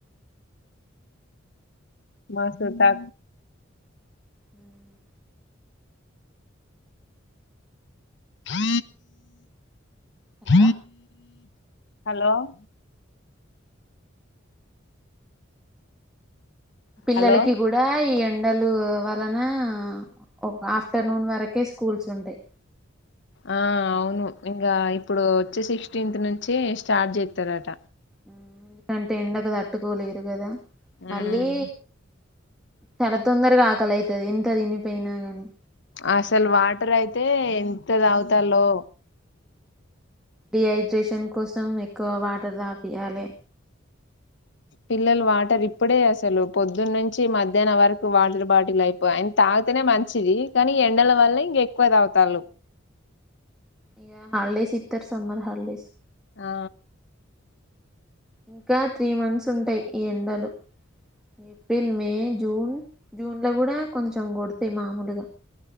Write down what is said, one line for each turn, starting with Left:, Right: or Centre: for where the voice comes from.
Left: మా చుటా
Centre: హ్మ్
Left: ఆ
Centre: హలో
Left: హ హలో <inaudible>
Centre: పిల్లలకి
Left: హలో
Centre: కూడా ఈ ఎం ఎండలు వలన ఒక ఆఫ్టర్నూన్ వరకే స్కూల్స్ ఉంటాయి
Left: ఆ అవును ఇంకా ఇప్పుడు వచ్చేసి ఫిఫ్టీన్ నుంచి స్టార్ట్ చేస్తారట
Centre: ఎందుకంటే ఎండకుట్టుకోలేరు కదా
Left: ఉమ్
Centre: మళ్ళీ చాలా తొందరగా ఆకలి అైతది ఎంత త వినిపోయినా ని
Left: అసలు వాటర్ అయితే ఎంత తాగుతాలో
Centre: డిహైడ్రేషన్ కోసం ఎక్కువ వాటర్ దపియాలి
Left: పిల్లలు వాటర్ ఇప్పుడే అసలు పొద్దున్న నుంచి మధ్యాహ్నం వరకు వాటర్ బాటిల్ అయిపోయి అ తాగితేనే మంచిది కానీ ఎండల వల్ల ఇంక ఎక్కువ త అవుతాలు
Centre: ఇ హాలిడేస్ ఇతారు సమ్మర్ హాలిడేస్
Left: ఆ
Centre: ఇంకా త్రీ మంత్స్ ఉంటాయి ఈ ఎండలు ఏప్రిల్ మే జూన్ జూన్ లో కూడా కొంచెం కొడతాయి మామూలుగా